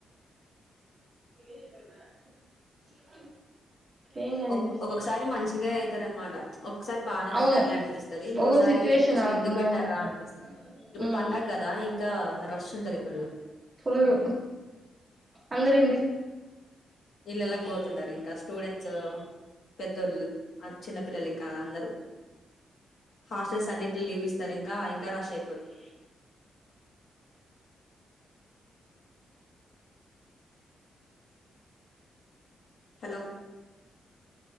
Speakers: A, on the right; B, on the left.
A: <unintelligible> ఏం కాదు
B: ఓ
A: వినిపిస్తే
B: ఒక్కొక్కసారి మంచిగా ఐతది అనమాట ఒక్కొక్కసారి బానే బెట్టార్లే
A: అవును
B: అనిపిస్తది ఇంకొకసారి
A: ఒగో సిచ్యువేషన్
B: అసలు
A: అవునవునక్క
B: ఎందుకు పెట్టారా అనిపిస్తుంది ఇప్పుడు
A: ఉమ్
B: పండగదా ఇం. ఇంకా రష్ ఉంటది ఫుల్
A: ఫుల్లు అందరి ఇంటికి
B: ఇల్లలాకి పోతుంటారు ఇంకా స్టూడెంట్స్ పెద్దోళ్ళు చిన్న పిల్లలు ఇంకా అందరూ హాస్టల్ సన్నిట్లో లీవ్స్ ఇస్తారు ఇంకా ఇంకా రష్ ఐపొద్దీ హలో